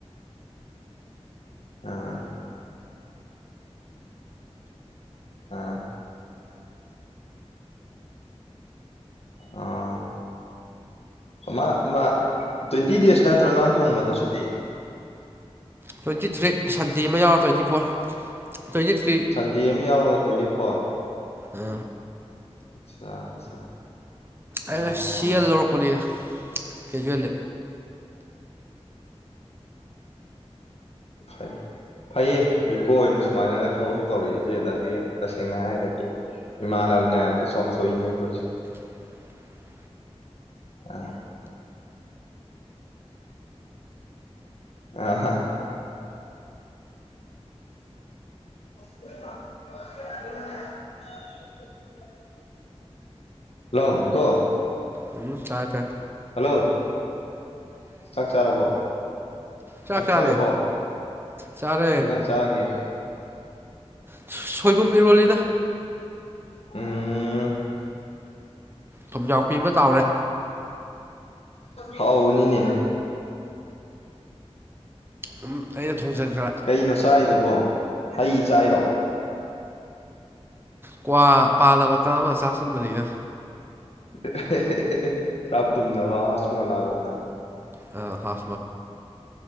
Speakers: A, on the left; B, on the right.
A: ꯑꯥ ꯑꯥ ꯑꯥ ꯃꯥ ꯃꯥ ꯇ꯭ꯋꯦꯟꯇꯤ ꯗꯦꯖ ꯅꯠꯇ꯭ꯔꯣꯅ ꯑꯃ ꯐꯪꯕꯗꯁꯨꯗꯤ
B: ꯇ꯭ꯋꯦꯟꯇꯤ ꯊ꯭ꯔꯤ ꯁꯟꯗꯦ ꯑꯃ ꯌꯥꯎꯔ twenty four twenty three
A: Sunday ꯑꯃ ꯌꯥꯎꯔꯒ ꯇ꯭ꯋꯦꯟꯇꯤ ꯐꯣꯔ
B: ꯑ
A: ꯑꯆꯥ ꯑꯆꯥ ꯑꯣ
B: ꯑ ꯁꯤ ꯑꯦꯜ ꯂꯧꯔꯛꯄꯅꯤꯅ ꯀꯦꯖꯨꯋꯦꯜꯗ
A: <inaudible> ꯐꯩꯌꯦ ꯕꯤꯀꯣꯏꯅ ꯁꯨꯃꯥꯏꯅꯒ ꯊꯕꯛ ꯇꯧꯔꯛꯏꯁꯦ ꯅꯁꯤ ꯇꯁꯦꯡꯅ ꯍꯥꯏꯔꯒꯗꯤ ꯃꯅꯕꯅꯦꯌꯥꯝꯕꯦ ꯁꯧ ꯊꯏꯅꯦꯕꯣꯏ
B: <inaudible>
A: ꯑ ꯑ <inaudible> ꯍꯜꯂꯣ ꯀꯣ
B: ꯑꯗꯨ ꯇꯥꯛꯇꯥ
A: ꯍꯜꯂꯣ ꯆꯥꯛ ꯆꯥꯔꯕꯣ
B: ꯆꯥꯛ
A: ꯅꯪꯆꯔꯕꯣ
B: ꯆꯥꯔꯦ ꯆꯥꯔꯦ
A: ꯀꯩ <unintelligible> ꯆꯔꯒꯦ
B: ꯁꯣꯏꯕꯨꯝ ꯏꯔꯣꯂꯤꯗ
A: ꯎꯝ
B: ꯊꯨꯝꯖꯥꯎꯄꯤ ꯑꯃ ꯇꯥꯎꯔꯦ
A: ꯍꯥꯎ ꯎꯅꯤꯅꯦ
B: ꯎꯝ ꯑꯩꯅ ꯊꯣꯡꯖꯟꯈ꯭ꯔꯦ
A: ꯀꯩꯅꯣ ꯆꯥꯏꯗꯨꯕꯣ ꯍꯩ ꯆꯥꯏꯔꯣ
B: ꯀ꯭ꯋꯥ ꯄꯥꯅ ꯃꯆꯥ ꯑꯃ ꯆꯥꯥꯁꯟꯕꯅꯤꯅ
A: <unintelligible> ꯇ ꯇꯅ ꯋꯥ ꯍꯥꯁꯃꯣ ꯂꯒꯣꯅ
B: ꯑ ꯍꯣ